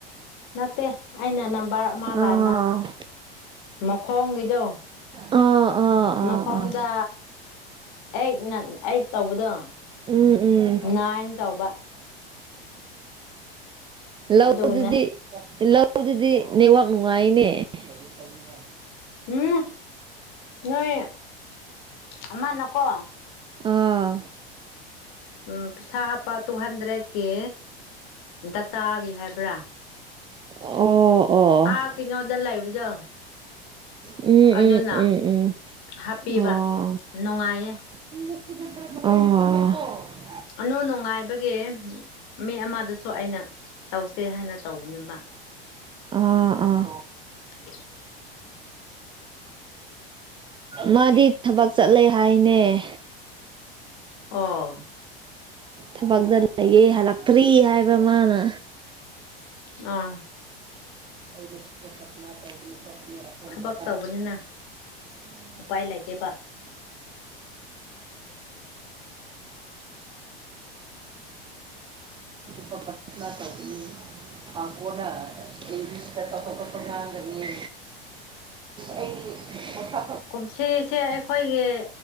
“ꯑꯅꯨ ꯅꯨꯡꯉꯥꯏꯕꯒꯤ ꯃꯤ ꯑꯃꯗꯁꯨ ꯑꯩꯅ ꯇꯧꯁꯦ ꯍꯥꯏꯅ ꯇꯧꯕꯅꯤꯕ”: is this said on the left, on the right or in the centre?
Left